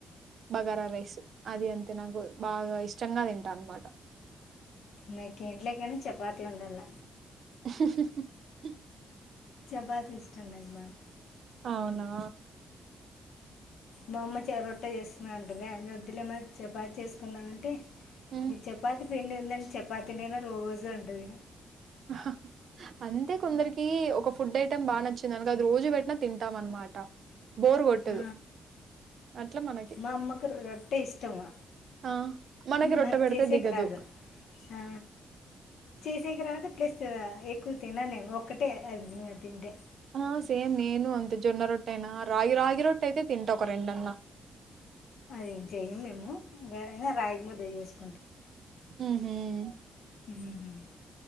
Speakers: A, on the right (about 50°); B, on the left (about 75°).
A: బగారా రైస్ అది అంతే నాకు బాగా ఇష్టంగా తింటా అన్నమాట
B: నకీంటిట్లోకనా చపాతి ఉండల
A: హా
B: చపాతి ఇష్టాం నాకు బాగా
A: అవునా
B: బామ్మ చె రొట్ట చేస్తున్నాంటగా వద్దులేమ చపాతి చేసుకుందామంటే
A: హ్మ్
B: ఈ చపాతి పిండి ఉందంటే చపాతినైనా రోజే ఉంటది
A: హ్ అంతే కొందరికి ఒక ఫుడ్ ఐటెమ్ బాగా నచ్చింది అనుకో అది రోజు పెట్టినా తింటాం అనమాట బోర్ కొట్టదు
B: ఆ,
A: అట్లా మనకి
B: మా అమ్మకు రొట్టె ఇష్టము
A: ఆ మనకి రొట్టె
B: నాకు
A: పెడితే
B: చేసేకి
A: దిగదు
B: రాదు ఆ చేసే తర్వాత ప్లస్ ఎక్కువ తినను నేను ఒక్కటే అది తింటే
A: ఆ సేమ్ నేను అంతే జొన్న రొట్టె అయినా రాగి రాగి రొట్టె అయితే తింటా ఒక రెండు అన్న
B: అదేం చెయ్యం మేము రాగి ముద్ద చేస్తాము
A: ఉహుమ్
B: ఉహుమ్